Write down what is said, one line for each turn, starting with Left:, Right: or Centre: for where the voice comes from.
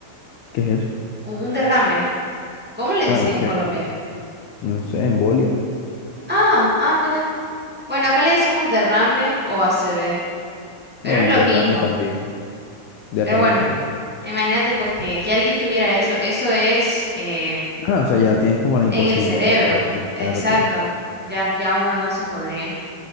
Left: ¿Qué es eso?
Centre: un, un derrame. ¿Cómo le dicen
Left: Ah,
Centre: en
Left: ok.
Centre: Colombia?
Left: No sé, embolia.
Centre: Ah, ah, mira. Bueno, acá le decimos derrame o ACV, pero
Left: Bueno,
Centre: es lo
Left: derrame
Centre: mismo.
Left: también. Derrame
Centre: Pero bueno,
Left: también.
Centre: imagínate pues que, que alguien tuviera eso. Eso es... eh,
Left: Ah, o sea, ya tienes como la
Centre: En
Left: imposibilidad
Centre: el cerebro,
Left: de poder conectarte.
Centre: exacto. Ya, ya uno no se podría.